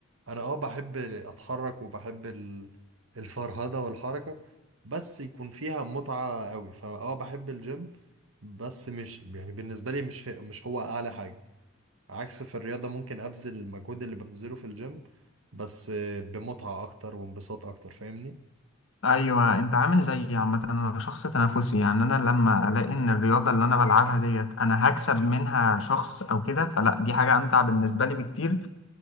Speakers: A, on the right; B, on the left.
A: انا اه بحب اتحرك وبحب ال- الفرهده والحركه بس يكون فيها متعه قوي فاه بحب الجيم بس مش يعني بالنسبه لي مش هي- مش هو اعلى حاجه عكس في الرياضه ممكن ابذل المجهود اللي ببذله في الجيم بس بمتعه اكتر وانبساط اكتر فاهمني
B: ايوه انت عامل زيي عامة انا شخص تنافسي يعني انا لما الاقي ان الرياضة اللي انا بلعبها ديت انا هكسب منها شخص او كده فلا دي حاجة امتع بالنسبة لي بكتير